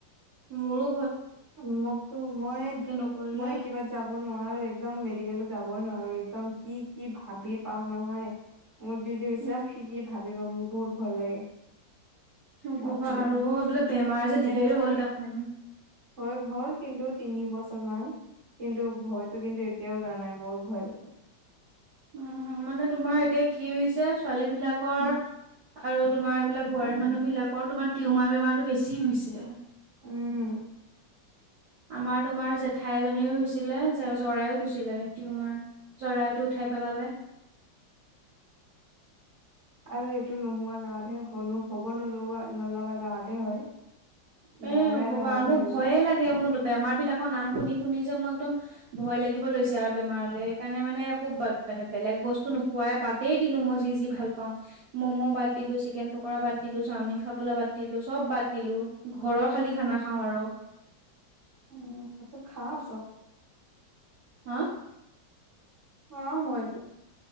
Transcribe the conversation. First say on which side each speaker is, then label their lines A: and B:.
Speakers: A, on the right; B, on the right.
A: মোৰ
B: উ, মোকতো মই
A: নকৰিলে
B: মই কিবাত যাব নোৱাৰো একদম মেডিকেলত যাবই নোৱাৰো একদম। কি, কি, ভাবি পাও নহয় মোৰ দিদিৰ
A: উম
B: চব কি, কি ভাব মোৰ বহুত ভয় লাগে।
A: নকবা
B: বাপৰে
A: আৰু বোলে বেমাৰ যে
B: কেনেকা
A: ধেৰ হ'ল দেখোন।
B: হৈ হল কিন্তু তিনি বছৰ মান কিন্তু ভয়তো, কিন্তু এতিয়াও যোৱা নাই বহুত ভয় লাগে।
A: উ, মানে তোমাৰ এতিয়া কি হৈছে ছোৱালী বিলাকৰ আৰু তোমাৰ এইবিলাক বোৱাৰীৰ মানুহ বিলাকৰ তোমাৰ টিউমাৰ বেমাৰো বেছি হৈছে।
B: উম।
A: আমাৰ তোমাৰ জেঠাই এজনীও হৈছিলে জৰাইোঠ দিছিলে টিউমাৰ জৰায়টো উঠাই পেলালে।
B: আৰু সেইটো নোহোৱা জাহাতহে হ'ব নলা, নলগা জাহাতহে হয়।
A: উম,
B: বেয়া
A: নকবা
B: বেয়া জাগাত
A: আৰু
B: হয়
A: মোৰ
B: সেইবিলাক
A: ভয়ে লাগে মোৰ। বেমাৰ বিলাকৰ নাম শুনি, শুনি যে মোৰ একদম ভয় লাগিব লৈছে। আৰু বেমাৰলে সেইকাৰণে মানে একো মানে বেলেগ বস্তু নোখোৱাই বাদেই দিলো মই যি, যি, ভাল পাও ম'ম' বাদ দিলো, চিকেন পকৰা বাদ দি তিলো চাওমিন খাবলৈ পাতিলো চব পাতিলো ঘৰৰ খালি
B: উম
A: খানা খাওঁ আৰু।
B: উম, ত খাও চব।
A: হা?
B: অ, মইজ